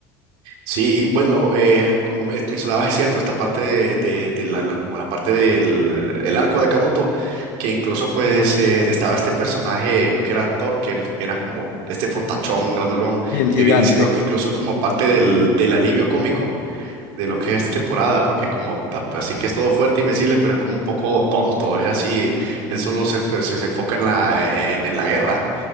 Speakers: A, on the right; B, on the left.
A: Sí, y bueno, eh, como me- mencionabas, es cierto, esta parte de, de- de la, la- como la parte del el arco de Canuto, que incluso pues eh, estaba este personaje, creo que era Torkel, que era como este fortachón, grandolón,
B: Y el gigante.
A: que viene siendo que incluso como parte del, del alivio cómico de lo que es temporada, porque es como, ta- pues, así que es todo fuerte y invencible, pero es como un poco tonto, es así, él solo se, fue- se, se enfoca en la, en en la guerra